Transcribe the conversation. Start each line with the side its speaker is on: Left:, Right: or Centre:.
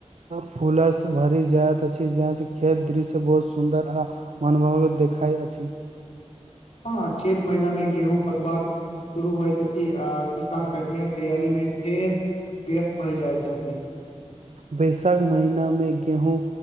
Right: फूलसं भरि जाइत अछी जहाँ से खेतक दृश्य बहुत सुंन्दर आ मनमोहक देखाइ अछी।
Left: हँ चेत महीना में गेहूँ पकबाक शुरू होइत अछी आ किसान कटनी आ तैयारी मे फेर व्यस्त भऽ जाइत छथी।
Right: बैशाख महीनामे गेहूँ